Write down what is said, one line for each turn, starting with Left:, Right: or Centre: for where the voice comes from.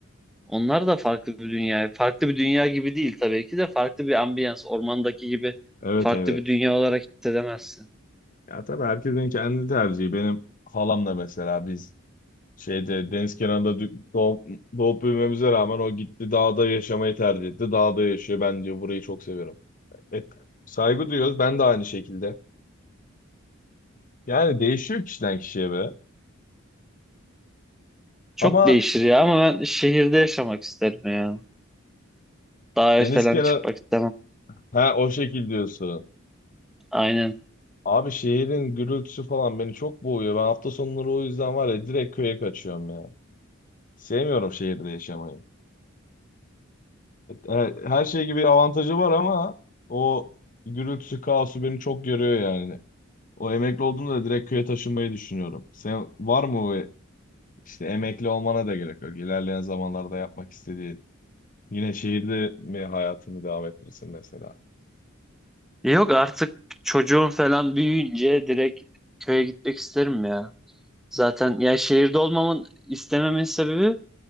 Centre: Onlar da farklı bir dünya. Farklı bir dünya gibi değil tabii ki de farklı bir ambiyans. Ormandaki gibi
Left: Evet
Centre: farklı
Left: evet.
Centre: bir dünya olarak hissedemezsin.
Left: Ya tabii herkesin kendi tercihi. Benim halamla mesela biz şeyde deniz kenarında dü- doğup, doğup büyümemize rağmen o gitti dağda yaşamayı tercih etti. Dağda yaşıyor. Ben diyor burayı çok seviyorum. Evet, saygı duyuyoruz. Ben de aynı şekilde. Yani değişiyor kişiden kişiye be.
Centre: Çok
Left: Ama
Centre: değişir ya ama ben şehirde yaşamak isterim ya. Dağa
Left: deniz
Centre: falan
Left: kenarı
Centre: çıkmak istemem.
Left: ha o şekil diyorsun.
Centre: Aynen.
Left: Abi şehrin gürültüsü falan beni çok boğuyor. Ben hafta sonları o yüzden var ya direkt köye kaçıyorum ya. Sevmiyorum şehirde yaşamayı. E, e, Her şey gibi avantajı var ama o gürültüsü, kaosu beni çok görüyor yani. O emekli olduğumda da direkt köye taşınmayı düşünüyorum. Sen var mı o e, işte emekli olmana da gerek yok. İlerleyen zamanlarda yapmak istediğin. Yine şehirde mi hayatını devam ettirirsin mesela?
Centre: Yok artık çocuğum falan büyüyünce direkt köye gitmek isterim ya. Zaten ya şehirde olmamın istememin sebebi